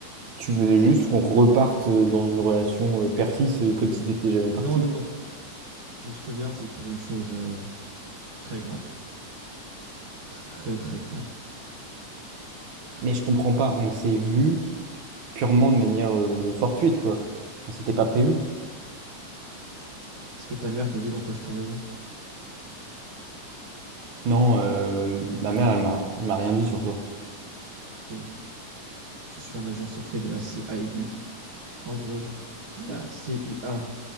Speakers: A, on the right (about 80°); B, on the right (about 50°).
A: tu veux juste qu'on reparte euh, dans une relation euh, père-fils euh, comme si t'étais jamais parti.
B: Non, non, non. Si je te viens, c'est pour une chose euh, très grave. Très, très grave.
A: Mais je comprends pas, on s'est vu purement de manière euh, fortuite, quoi. On s'était pas prévu.
B: Est-ce que ta mère t'a dit dans quoi je travaillais?
A: Non, euh, ma mère, elle m'a, elle m'a rien dit sur toi.
B: Ok. Je suis un agent secret de la CIB. En gros, la CIA